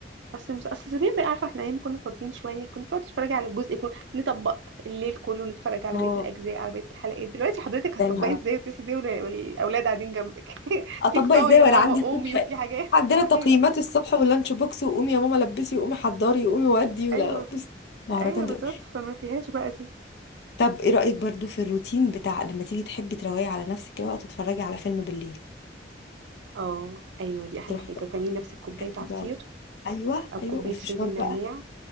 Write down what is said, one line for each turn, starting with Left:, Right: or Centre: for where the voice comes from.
Right: اصل مش اصل زمان بقى عارفه احنا ايام كنا فاضيين شويه كنت تقعد تتفرج على الجزء كله نطبق الليل كله ونتفرج على
Left: اه
Right: بقيه الاجزاء على بقيه الحلقات دلوقتي حضرتك هتطبقي
Left: يعني
Right: ازاي وتصحي ازاي وال- والاولاد قاعدين جنبك <laughs>
Left: اطبق
Right: في فطار
Left: ازاي
Right: يا
Left: وانا
Right: ماما
Left: عندي
Right: قومي
Left: الصبح
Right: وفي حاجات
Left: عندنا
Right: <laughs>
Left: تقييمات
Right: ايوه
Left: الصبح واللانش بوكس وقومي يا ماما لبسي وقومي حضري وقومي ودي ولا
Right: ايوه
Left: بص مهرجان
Right: ايوه بالظبط
Left: دلوقتي
Right: فما فيهاش بقى دي
Left: طب ايه رأيك برضو في الروتين بتاع لما تيجي تحبي تروقي على نفسك كده بقى وتتفرجي على فيلم بالليل
Right: اه ايوه دي احلى
Left: تروحي
Right: حاجه
Left: بقى
Right: وتعملي نفسك كوبايه
Left: هدي
Right: عصير
Left: بقى ايوه
Right: او
Left: ايوه
Right: كوبايه
Left: وفشار
Right: شاي بالنعناع
Left: بقى